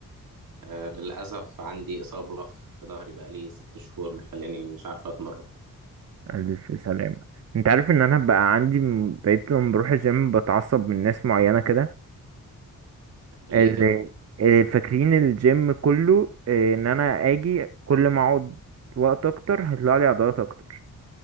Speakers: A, on the right; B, on the right.
A: آه للاسف عندي اصابه في في ظهري بقالي ست شهور مخلاني مش عارفه اتمرن
B: الف سلامة انت عارف ان انا بقى عندي م- بقيت لما بروح الجيم بتعصب من ناس معينة كده
A: ليه
B: اللي
A: كده
B: اللي فاكرين الجيم كله اه، ان انا اجي كل ما اقعد وقت اكتر هيطلع لي عضلات اكتر